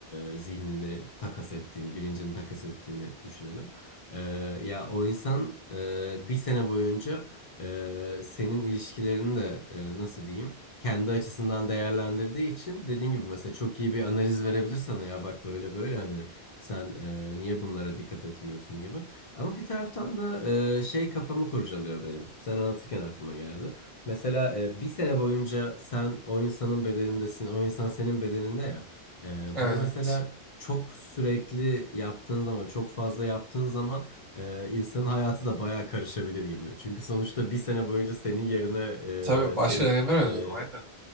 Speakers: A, on the left; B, on the right.
A: e, zihnini takas ettiğini, bilincini takas ettiğini düşünelim. E, ya o insan e, bir sene boyunca e, senin ilişkilerini de e, nasıl diyeyim? kendi açısından değerlendirdiği için dediğin gibi mesela çok iyi bir analiz verebilir sana ya bak böyle böyle hani sen e, niye bunlara dikkat etmiyorsun gibi. Ama bir taraftan da e, şey kafamı kurcalıyor benim. Şimdi sen anlatırken aklıma geldi. Mesela e, bir sene boyunca sen o insanın bedenindesin, o insan senin bedeninde ya. E,
B: Evet.
A: bunu mesela çok sürekli yaptığın zaman, çok fazla yaptığın zaman e, insanın hayatı da bayağı karışabilir gibi. Çünkü sonuçta bir sene boyunca senin yerine
B: Tabii
A: e,
B: başka
A: senin
B: deneyimler öneriyorum
A: e,
B: aynen.